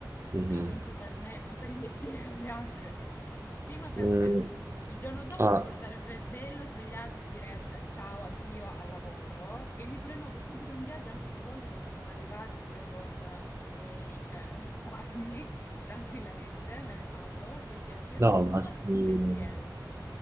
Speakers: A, on the right; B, on the left.
A: Mhm.
B: E quindi penso per me, non per investire <laughs> per gli altri, perché dico, prima per
A: Mm.
B: me. Il giorno dopo
A: Ah,
B: proprio sarebbe bello svegliarsi e dire eh, ciao, addio al lavoro e mi prenoto subito un viaggio anche se i soldi non mi sono arrivati pure con eh, i miei eh, risparmi, <laughs> tranquillamente, me ne vado, così addio,
A: no,
B: tanto
A: ma
B: non
A: sì.
B: ho un pensiero.